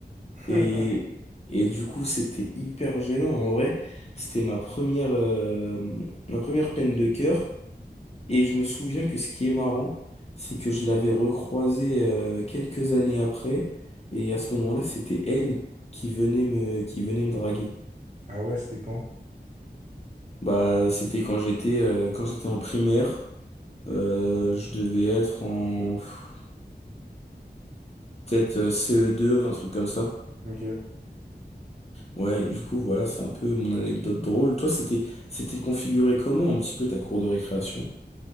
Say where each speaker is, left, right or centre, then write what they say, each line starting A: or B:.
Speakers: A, on the right; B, on the left.
A: <laughs>
B: Et, et du coup, c'était hyper gênant. En vrai, c'était ma première, euh, ma première peine de cœur. Et je me souviens que ce qui est marrant, c'est que je l'avais recroisée euh, quelques années après. Et à ce moment-là, c'était elle qui venait me, qui venait me draguer.
A: Ah ouais, c'était quand?
B: Bah, c'était quand j'étais euh, quand j'étais en primaire. Euh, je devais être en pff, peut-être euh, CE2, un truc comme ça.
A: Ok.
B: Ouais, et du coup, voilà, c'est un peu mon anecdote drôle. Toi, c'était c'était configuré comment un petit peu ta cour de récréation?